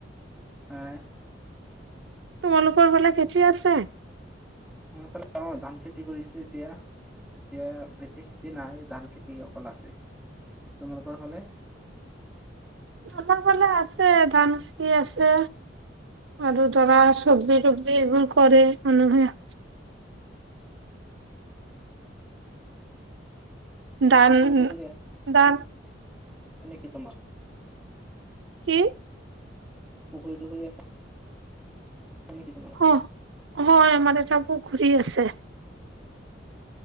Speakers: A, in the centre; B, on the right.
A: আ?
B: তোমালোকৰ ফালে খেতি আছে?
A: অ' এই ফালে ধান খেতি কৰিছে এতিয়া। এতিয়া বেছি খেতি নাই, ধান খেতি অকল আছে, তোমালোকৰ ফালে?
B: আমাৰ ফালে আছে, ধান খেতি আছে। আৰু ধৰা চবজি টবজি এইবোৰ কৰে মানুহে। ধান
A: পুখুৰী টুকুৰী আছে
B: ধান
A: নেকি তোমাৰ?
B: কি?
A: পুখুৰী টুখুৰী আছে আছে নেকি তোমাৰ?
B: অ' হয়, আমাৰ এটা পুখুৰী আছে।